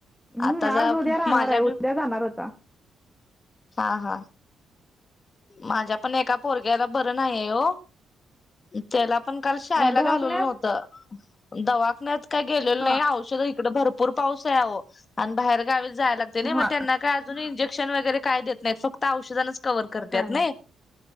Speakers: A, in the centre; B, on the left (about 35°).
A: हम्म,
B: आता
A: आज
B: जा
A: उद्या राहणार
B: माझ्या
A: आहे
B: बी
A: उद्या जाणार होता
B: हा हा. माझ्या पण एका पोरग्याला बरं नाही हो. त्याला पण काल शाळेला
A: अ दवाखान्यात
B: घालवलं नव्हतं दवाखण्यात काही गेलेलं
A: हा
B: नाही औषध इकडे भरपूर पाऊस आहे आओ आणि बाहेर गावी जायला लागतंयनी मग
A: हा
B: त्यांना काय इंजेक्श वैगेरे काय देत नाहीत फक्त औषधच कव्हर करत्यात
A: काय नाही
B: नई